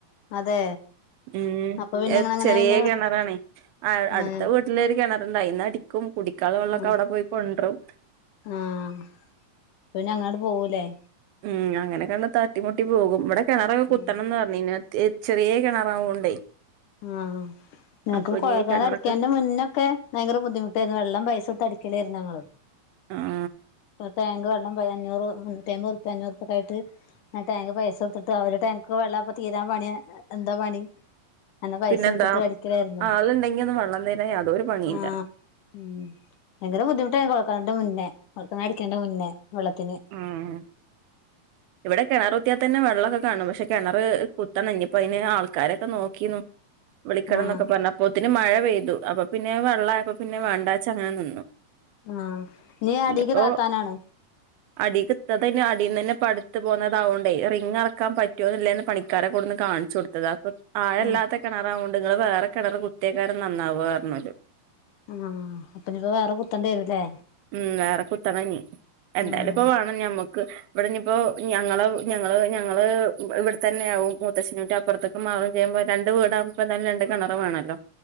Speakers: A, on the left; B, on the right.
A: അതെ
B: ഉം
A: അപ്പൊ പിന്നെ ഇങ്ങള് എങ്ങനെ
B: ചെറിയ
A: പിന്നെ
B: കിണറാണേ അടുത്ത
A: ആഹ്
B: വീട്ടിലൊ ഒരു കിണർ ണ്ടായി അടിക്കും കുടിക്ക ക്കാള്ള വെള്ളമൊക്കെ
A: ആഹ്
B: അവിടെ പോയി കൊണ്ടും
A: ആഹ് പിന്നെ അങ്ങോട്ട് പോവൂലേ
B: ഉം അങ്ങനെ കണ്ട തട്ടിമുട്ടി പോകും ഇവിടെ കിണറൊക്കെ കുത്തണം
A: ഉം
B: എന്ന് പർഞ്ഞീ ചെറിയ കിണറാവോണ്ടേ
A: ആഹ് നിനക്ക്ി
B: അപ്പൊ ഇനി
A: കുഴക്ക
B: കിണറൊക്കെ
A: അടിക്കാന്റെ മുന്നൊക്കെ ഭയങ്കര ബുദ്ധിമുട്ടായിരുന്നു വെള്ളം പൈസ ഇട്ട് അടിക്കലായിരുന്നു ഞങ്ങൾ
B: ആഹ്
A: പ്പ തേങ്ക് അഞ്ഞൂറ് മുന്നൂറ്റി അമ്പത് അഞ്ഞൂറ്ക്കയിട്ട്ടാങ്ക് പൈസ കൊടുത്തിട്ട് അവ ടാക് വെള്ള തീ പണിയ എന്താ പണി എന്നാ പൈസ
B: പിന്നെന്താ
A: കൊടുത്തിട്ട് അടിക്കലായിരുന്നു
B: ആളുണ്ടെങ്കി ഒന്നും വെള്ളം തരാൻ യാതൊരു പണിയില്ല
A: ആഹ് ഉം ഭയങ്കര ബുദ്ധിമുട്ടായി കോയൽകേണറിന്റെ മുന്നേ ഉറക്കടിക്കേണ്ട മുന്നേ വെള്ളത്തിന്
B: ഉം ഇവിടെ കിണർ കുത്തിയാാൽ തന്നെ വെള്ളമൊക്കെ കാണും പക്ഷെ കിണർ കുത്തണം ഇനിപ്പോ അതിന് ആൾക്കാരൊക്ക നോക്കുന്നു വിളിക്കണം
A: ആഹ്
B: എന്നൊക്കെ പറഞ്ഞു അപ്പത്തിന് മഴ പെയ്തു അപ്പൊ പിന്നെ വെള്ളയപ്പോ പിന്നെ വേണ്ടാച്ച അങ്ങനെ നിന്നു
A: ആഹ് ഇനി അടീക്ക്
B: ഇനിപ്പോ
A: താത്താനാണ്
B: അടി കിത്താതെ അീന്ന്ന്നെ പടുത്തു പോകുന്നത്താവുകൊണ്ടേ റിങ്ങറക്കാൻ പറ്റുവോന്നില്ല എന്ന് പണിക്കാരെ കൂടെന്ന് കാണിച്ചു കൊടുത്തത് അപ്പൊ ആഴല്ലാത്ത
A: ആഹ്
B: കിണറാവകോണ്ട് നിങ്ങള് വേറെ കിണർ കുത്തിയക്കാരും നന്നാവ പറഞ്ഞോല്
A: ആഹ് അപ്പൊനിപ്പോ വേറെ കുത്തണ്ടി വരുല്ലേ?
B: ഉം വേറെ കുത്തണഞ്ഞി എന്തായാലും
A: ആഹ്
B: ഇപ്പൊ വേണം ഞമ്മക്ക് ഇവിടനി ഇപ്പോ ഞങ്ങള് ഞ ഞങ്ങള് ഞങ്ങള് ഇവിടെത്തന്നെ ആവും മൂത്തച്ചൻ അപ്പുറത്തേക്ക് മാറും ചെയ്യുമ്പോ രണ്ട് വീടാകുമ്പോ ര ണറ് വാണല്ലോ